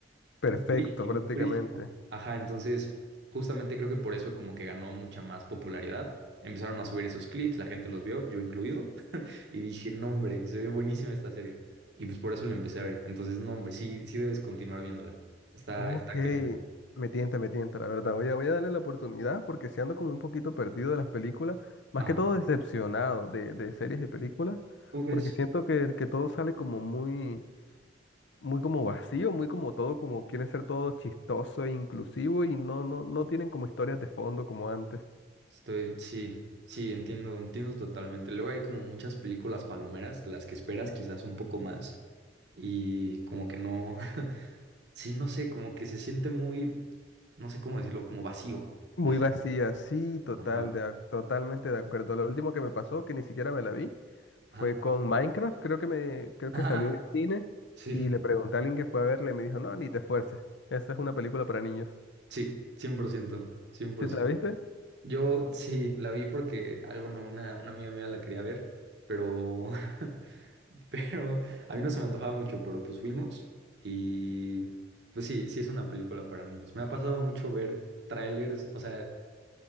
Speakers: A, on the left; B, on the right.
A: perfecto,
B: Durísimo,
A: prácticamente.
B: durísimo. Ajá, entonces justamente creo que por eso como que ganó mucha más popularidad. Empezaron a subir esos clips, la gente los vio, yo incluido, y dije, no hombre, se ve buenísima esta serie. Y pues por eso la empecé a ver. Entonces, no hombre, sí, sí debes continuar viéndola. Está,
A: Ok,
B: está cañona.
A: me tienta, me tienta, la verdad. Voy a, voy a darle la oportunidad porque si ando como un poquito perdido de las películas, más
B: Ajá,
A: que todo decepcionado de, de series y películas,
B: ¿cómo crees?
A: porque siento que, que todo sale como muy, muy como vacío, muy como todo, como quieren ser todo chistoso e inclusivo y no, no, no tienen como historias de fondo como antes.
B: Estoy, sí, sí, entiendo, entiendo totalmente. Luego hay como muchas películas palomeras, las que esperas quizás un poco más y como que no, <laughs> Sí, no sé, como que se siente muy, no sé cómo decirlo, como vacío.
A: Muy
B: No sé.
A: vacía, sí, total,
B: Ajá.
A: de ac- totalmente de acuerdo. Lo último que me pasó, que ni siquiera me la vi, Fue
B: Ajá.
A: con Minecraft, creo que me, creo
B: <laughs> Ajá.
A: que salió en el cine
B: Sí,
A: y le pregunté a alguien que fue a verla y me dijo, no, ni te esfuerces. Esa es una película para niños.
B: sí, 100%, 100%.
A: ¿Sí te la viste?
B: Yo sí, la vi porque, algo no, una, una amiga mía la quería ver, pero, <laughs> pero a mí no se me antojaba mucho, pero pues fuimos y pues sí, sí es una película para niños. Me ha pasado mucho ver trailers, o sea,